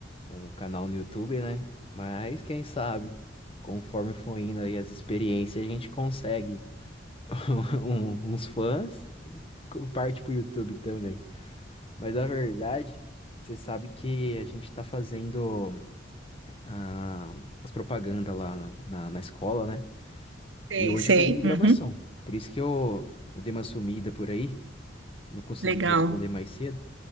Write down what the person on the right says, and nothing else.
Sei,
sei.
Uhum,
legal.